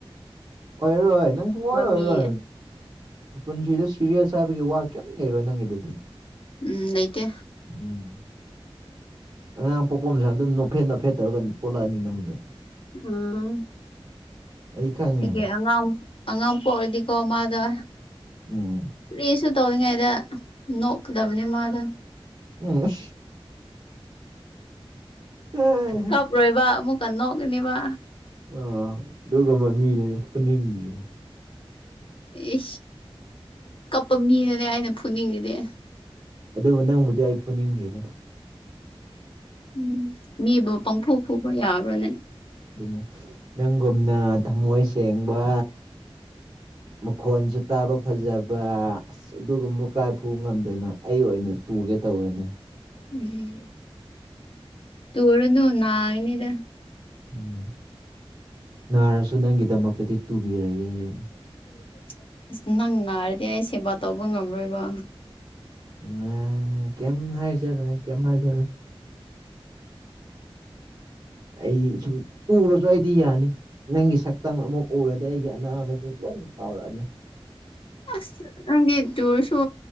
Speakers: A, on the right; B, on the left.
A: ꯑꯣꯏꯔꯣ ꯅꯪ ꯁꯨꯡ ꯑꯣꯏ ꯑꯣꯏꯔ
B: ꯃꯤ
A: ꯄꯨꯟꯁꯤꯗ ꯁꯤꯔꯤꯌꯁ ꯍꯥꯏꯕꯒꯤ ꯋꯥ ꯀꯩꯝ ꯂꯩꯔꯣꯏ ꯅꯪꯒꯤꯗꯗꯤ
B: ꯎꯝ ꯂꯩꯩꯇꯦ
A: ꯎꯝ ꯑꯉꯥꯡ ꯄꯣꯛꯄꯣꯝꯁꯦ ꯑꯗꯨꯝ ꯅꯣꯞꯐꯦꯠ ꯅꯣꯞꯐꯦꯠ ꯇꯧꯔꯒ ꯄꯣꯜꯂꯛꯑꯅꯤ ꯅꯪꯁ
B: ꯑꯝ
A: ꯑꯩ ꯈꯪꯉꯦ
B: ꯑꯩꯦ ꯑꯉꯥꯡ ꯑꯉꯥꯡ ꯄꯣꯛ ꯑꯣꯏꯔꯗꯤꯀꯣ ꯃꯥꯗ
A: ꯎꯝ
B: ꯂꯩꯁꯨ ꯇꯧꯔꯤꯉꯩꯗ ꯅꯣꯛꯀꯗꯕꯅꯤ ꯃꯥꯗ
A: ꯎꯝ ꯑꯥ
B: ꯀꯞꯔꯣꯏꯕ ꯑꯃꯨꯛ ꯀꯟꯅ ꯅꯣꯛꯒꯅꯤꯕ
A: ꯑ ꯑꯗꯨꯒꯨꯝꯕ ꯃꯤꯗꯨꯅ ꯐꯅꯤꯡꯉꯦ
B: ꯏ ꯀꯞꯄ ꯃꯤꯅꯅꯦ ꯑꯩꯅ ꯐꯨꯅꯤꯡꯉꯤꯅꯦ
A: ꯑꯗꯨꯕꯨ ꯅꯪꯕꯨꯗꯤ ꯑꯩ ꯄꯨꯨꯅꯤꯡꯗꯦꯗꯅ
B: ꯎꯝ ꯃꯤꯕꯨ ꯄꯪꯐꯨ ꯐꯨꯕ ꯌꯥꯕ꯭ꯔꯅꯦ
A: ꯑꯗꯨꯅ ꯅꯪꯒꯨꯝꯅ ꯊꯃꯣꯏ ꯁꯦꯡꯕ ꯃꯈꯣꯟꯁꯨ ꯇꯥꯕ ꯐꯖꯕ ꯑꯁ ꯑꯗꯨꯒꯨꯝꯕ ꯀꯥꯏ ꯐꯨꯕ ꯉꯝꯗꯣꯏꯅꯣ ꯑꯩ ꯑꯣꯏ ꯩꯅ ꯇꯨꯒꯦ ꯇꯧꯋꯦꯅꯦ
B: ꯎꯝ ꯇꯔꯅꯣ ꯅ ꯏꯅꯤꯗ
A: ꯎꯝ ꯅꯥꯔꯁꯨ ꯅꯪꯒꯤꯗꯃꯛꯇꯗꯤ ꯇꯨꯕꯤꯔꯒꯦ ꯑꯩ
B: <inaudible> ꯑꯁ ꯅꯪ ꯅꯥꯔꯗꯤ ꯑꯩ ꯁꯦꯕꯥ ꯇꯧꯕ ꯉꯝꯔꯣꯏꯕ
A: ꯑ ꯀꯝ ꯍꯥꯏꯖꯔꯣꯦ ꯀꯝ ꯍꯥꯏꯖꯔ
B: <inaudible>
A: ꯑꯩ ꯁꯨꯝ ꯇꯔꯁꯨ ꯑꯩꯗꯤ ꯌꯥꯅꯤ ꯅꯪꯒꯤ ꯁꯛꯇꯝ ꯑꯃꯨꯛ ꯎꯔꯗꯤ ꯑꯩꯒꯤ ꯑꯅꯥꯕꯕꯁꯤꯦ ꯂꯣꯏ ꯀꯥꯎꯔꯅꯦꯦ
B: <inaudible> ꯑꯁ ꯅꯪꯒꯤ ꯇꯨꯔꯁꯨ